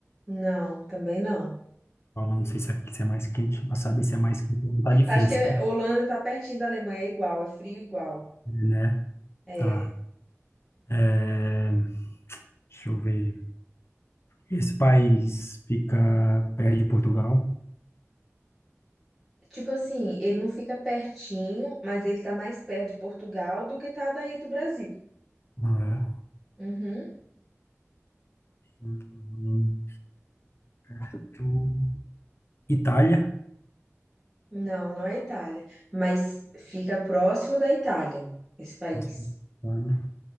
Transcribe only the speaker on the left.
Holanda, não sei se é, se é mais quente, para saber se é mais quente não tá difícil,
né?
Tá. É, deixa eu ver. Esse país fica perto de Portugal,
não era?
Hum, muito- Itália.
Nossa, Itália.